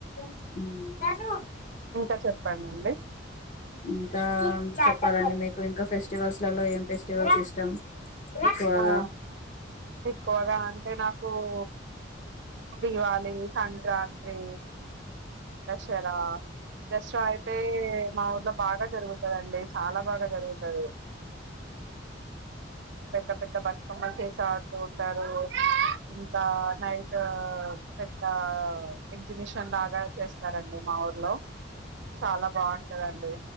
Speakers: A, on the left (about 40°); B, on the right (about 65°).
A: ఊ
B: ఇంకా చెప్పండండి
A: ఇంకా చెప్పాలండి మీకు ఇంకా ఫెస్టివల్స్ లలో ఏం ఫెస్టివల్స్ ఇష్టాం ఎక్కువగా
B: ఆ ఎక్కువగా అంటే నాకు ఓ దివాళి, సంక్రాంతి దసరా దసరా అయితే మా ఊర్లో బాగా జరుగుతదండి. చాలా బాగా జరుగుతది. పెద్ద పెద్ద బతుకమ్మలు చేసి ఆడుతూ ఉంటారు. ఇంకా నైట్ పెద్ద ఆ ఎగ్జిబిషన్ లాగ చేస్తారండి మా ఊర్లో చాలా బాగుంటదండి.